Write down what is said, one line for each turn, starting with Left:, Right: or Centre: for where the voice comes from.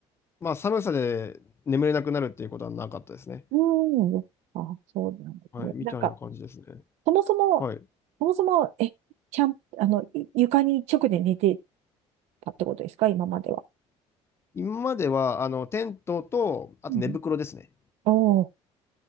Left: まあ寒さで眠れなくなるっていうことはなかったですね。
Right: うん。あ、そうなんですね。
Left: はい、みたいな感じですね。
Right: なんか、そもそも、
Left: はい。
Right: そもそも、え、ちゃん、あの、い床に直で寝てたってことですか今までは。
Left: 今までは、あの、テントと、あと寝袋ですね。
Right: うん。おー、